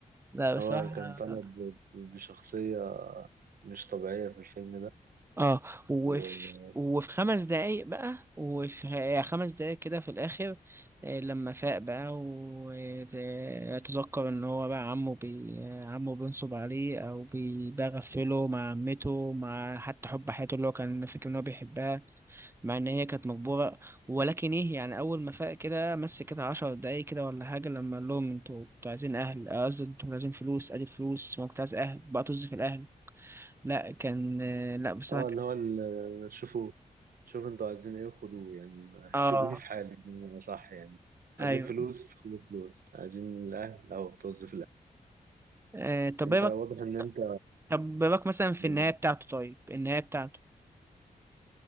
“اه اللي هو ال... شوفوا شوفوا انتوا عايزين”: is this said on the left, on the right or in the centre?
Right